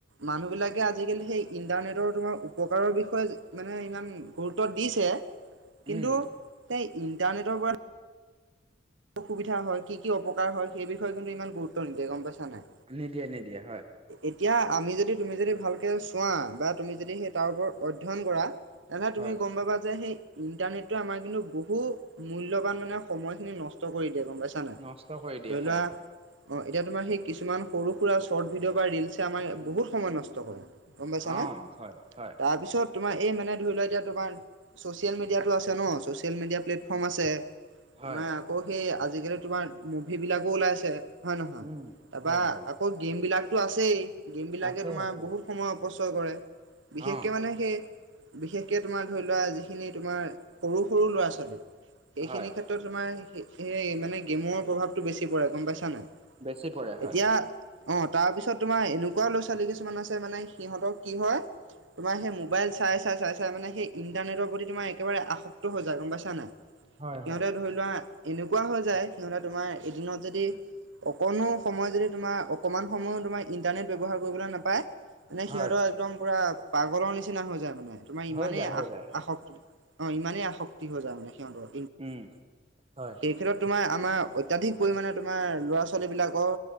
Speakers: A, on the right; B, on the right.
A: মানুহবিলাকে আজিকালি সেই ইণ্টাৰনেটৰ তোমাৰ উপকাৰৰ বিষয়ে যি মানে ইমান গুৰু ত্ব দিছে কিন্তু
B: উম
A: সেই ইণ্টাৰনেটৰ পৰা সুবিধা হয় কি কি অপকাৰ হয় সেই বিষয়ে কিন্তু ইমান গুৰুত্ব নিদিয়ে গম পাইছা নাই
B: নিদিয়ে নিদিয়ে হয়।
A: এতিয়া আমি যদি তুমি যদি, ভালকে চোৱা বা তুমি যদি সেই তাৰ ওপৰত অধ্যয়ন কৰা। তেনেহ'লে
B: হয়
A: তুমি গম পাবা যে সেই ইন্টাৰনেতটোৱে আমাৰ কিন্তু বহু মূল্যবান মানে সময়খিনি নষ্ট ষ্ট কৰি দিয়ে গম পাইছা নে নাই।
B: নষ্ট কৰি দিয়ে
A: ধৰি
B: হয়
A: লোৱা অ এতিয়া তোমাৰ সেই কিছুমান সৰু সুৰা শৰ্ট ভিডিঅ' বা ৰিলছে আমাৰ বহুত সময় নষ্ট কৰে। গম পাইছানে।
B: অ হয় হয়
A: তাৰপিছত তোমাৰ এই মানে ধৰি লোৱা এতিয়া তোমাৰ চ'চিয়েল মিডিয়াটো আছে ন। ছ'চিয়েল মিডিয়া প্লেটফৰ্ম আছে।
B: হয়
A: তোমাৰ আকৌ সেই আজিকালি তোমাৰ মুভি বিলাকো ওলাইছে। হয় নহয়।
B: উম
A: তাৰপা
B: হয় হয়
A: আকৌ গেম বিলাকতো আছেই। গেম বিলাকে
B: আছে
A: তোমাৰ
B: আছে
A: বহুত সময়ত অপচয় কৰে। বিশেষকৈ
B: অ
A: মানে সেই, বিশেষকে তোমাৰ ধৰি লোৱা যিখিনি তোমাৰ সৰু সৰু ল'ৰা ছোৱালী। সেইখিনি
B: হয়
A: ক্ষেত্ৰত তোমাৰ সেই মানে গেমৰ প্ৰভাৱতটো বেছি পৰে গম পাইছা নাই।
B: বেছি পৰে হয়
A: এতিয়া অ। তাৰ পিছত তোমাৰ এনেকুৱাও ল'ৰা ছোৱালী কিছুমান আছে। মানে সিহঁতৰ কি হয় তোমাৰ সেই ম'বাইল চাই-চাই-চাই-চাই মানে সেই ইন্টাৰনেটৰ প্ৰতি তোমাৰ একেবাৰে আসক্ত হৈ যায়। গম পাইছা নাই।
B: হয়
A: সিহঁতে
B: হয়
A: ধৰি লোৱা এনেকুৱা হৈ যায়। সিহঁতে তোমাৰ এদিনত যদি অকণো সময় যদি তোমাৰ অকণমান সময়ো তোমাৰ ইণ্টাৰনেট ব্যৱহাৰ কৰিবলৈ নাপায়। মানে
B: হয়
A: সিহঁতৰ একদম পুৰা পাগলৰ নিচিনা হৈ যায় মানে। তোমাৰ
B: হৈ
A: ইমানেই
B: যায় হৈ
A: আস
B: যায়
A: আসক্ত অ ইমানেই আসক্তি হৈ যায় মানে সিহঁতৰ।
B: উম, হয়।
A: এই ক্ষেত্ৰত তোমাৰ আমাৰ অত্যাধিক পৰিমাণে তোমাৰ ল'ৰা-ছোৱালী বিলাকৰ